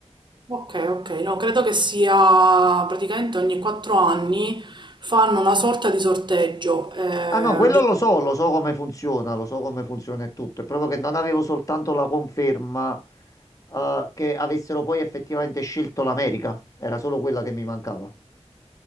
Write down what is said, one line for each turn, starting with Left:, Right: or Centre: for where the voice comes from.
Right: Ok, ok, no, credo che sia praticamente ogni quattro anni fanno una sorta di sorteggio. eh,
Left: Ah no, quello
Right: giusto-
Left: lo so, lo so come funziona, lo so come funziona e tutto, è proprio che non avevo soltanto la conferma, eh, che avessero poi effettivamente scelto l'America, era solo quella che mi mancava.